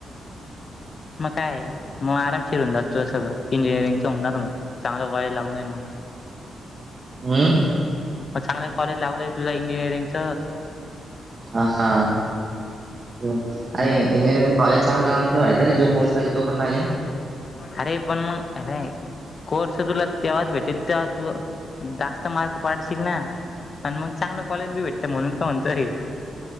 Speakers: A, on the left; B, on the right.
A: म काय? म आरामशिर हून जात तु सगळं इंजिनिअरिंगचं, हून जात मग चांगल्या कॉले लागून जाईन मगं.
B: हम्म
A: म चांगले कॉलेज लागून जाईन तुझा इंजिनिअरिंगच.
B: हां हां आरे
A: हम्म
B: इंजिनिअरिंग कॉलेज चांगला हून कायी फायदा नाई जो कोर्स पाहिजे तो पण पाहिजे ना.
A: आरे पण मग हे पाय कोर्स त तुला तेव्हाच भेटेल तेव्हा, तू जास्त मार्क पाडशील ना. आण मगं चांगलं कॉलेज बी भेटतं म्हणून त म्हणतो रे.